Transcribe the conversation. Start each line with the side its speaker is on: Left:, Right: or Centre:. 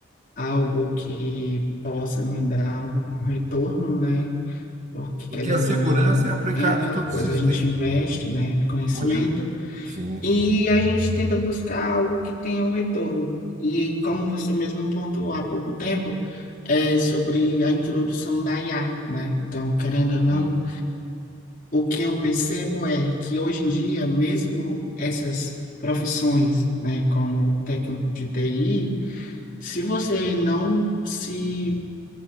Left: algo que possa me dar um retorno, né? Porque querendo
Right: Porque a segurança
Left: ou não,
Right: é aplicada
Left: é aquela
Right: em todo
Left: coisa,
Right: o sistema.
Left: a gente investe, né, conhecimento
Right: Vou te- Sim,
Left: e a gente tenta buscar algo que tenha um retorno. E como você mesmo pontuou há pouco tempo, é sobre a introdução da IA, né? Então, querendo ou não,
Right: sim.
Left: o que eu percebo é que hoje em dia, mesmo essas profissões, né, como técnico de TI, se você não se,